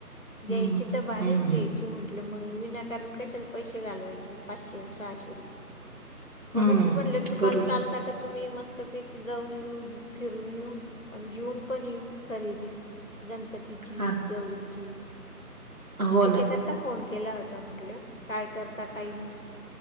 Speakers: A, on the left; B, on the right.
A: घ्यायची
B: हम्म
A: तर भारीच घ्यायची म्ह मग विनाकारण कशाला पैसे घालवायचे पाचशे आणि सहाशे रुपये. म्हणून
B: हम्म
A: म्हणलं तुम्हाला
B: बरोबर
A: चालता का तुम्ही मस्तपैकी जाऊन येऊ फिरून येऊ आणि घेऊन पण येऊ खरेदी गणपतीची
B: हा
A: गौरीची
B: हो
A: त्याच्याकर त्याच्या
B: ना
A: करता फोन केला होता म्हटल., काय करता काही नाही?